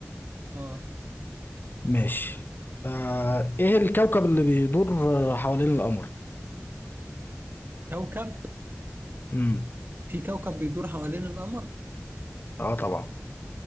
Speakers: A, on the right; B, on the left.
A: اه
B: ماشي آه إيه الكوكب اللي بيدور آه، حوالين القمر؟
A: كوكب
B: مم.
A: في كوكب بيدور حوالين القمر
B: آه طبعا